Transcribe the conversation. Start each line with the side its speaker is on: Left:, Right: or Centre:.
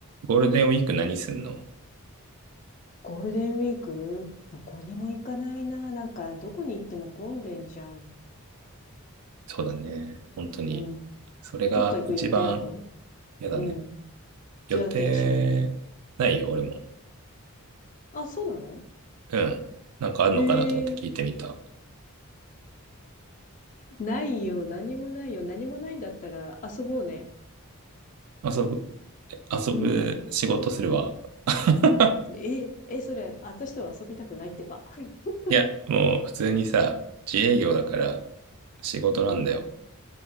Right: ゴールデンウィーク何すんの
Left: ゴールデンウィーク、どこにも行かないな。なんか、どこに行っても混んでんじゃん。
Right: そうだね。本当に。
Left: うん。
Right: それが一番
Left: どっか行く予定あるの
Right: 嫌だね。
Left: うん。
Right: 予定ないよ、
Left: 嫌でしょ
Right: 俺も。
Left: あ、そうなの
Right: うん。なんかあるのかなと思って聞いてみた。
Left: へえ。ないよ。何もないよ。何もないんだったら遊ぼうね。
Right: 遊ぶ、え遊ぶ仕事するわ。
Left: うん。
Right: <laughs>
Left: え、え、それ、私とは遊びたくないってか。<laughs>
Right: いや、もう普通にさ、自営業だから仕事なんだよ。
Left: うん。